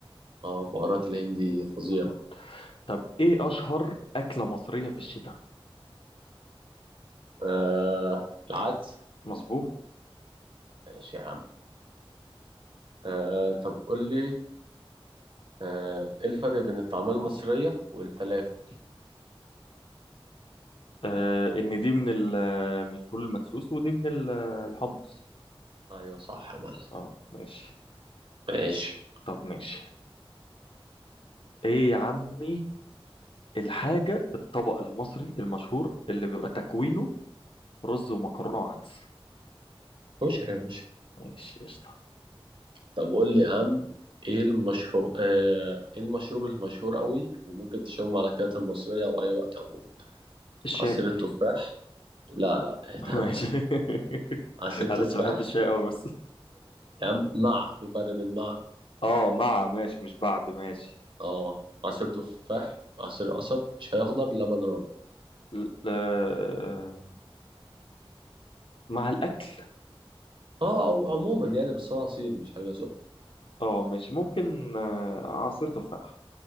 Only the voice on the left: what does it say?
بهارات طب ايه أشهر أكلة مصرية في الشتاء؟
مظبوط
آه إن دي من ال- آه، من الفول المدسوس ودي من ال- آه، الحمص
اه ماشي
طب ماشي ايه يا عمي الحاجة الطبق المصري المشهور اللي بيبقى تكوينه رز ومكرونة وعدس
ماشي قشطة
الشاي
<laughs> ماشي <laughs>
معلش بحب الشاي قوي بس
اه مع ماشي مش بعد ماشي
ل... آه، مع الأكل
اه ماشي ممكن آه، عصير تفاح